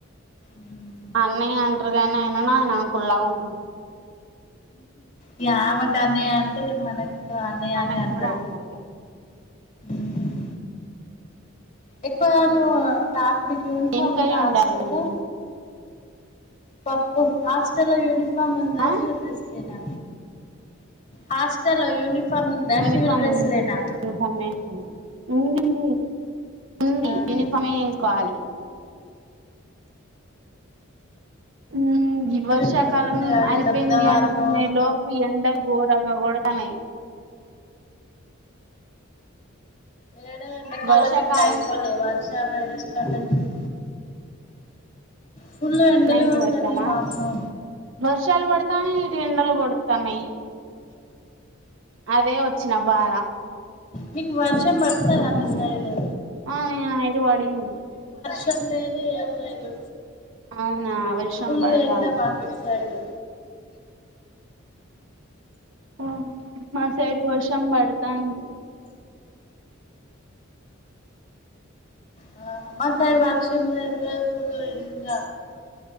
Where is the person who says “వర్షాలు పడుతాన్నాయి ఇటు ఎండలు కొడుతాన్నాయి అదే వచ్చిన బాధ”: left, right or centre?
Right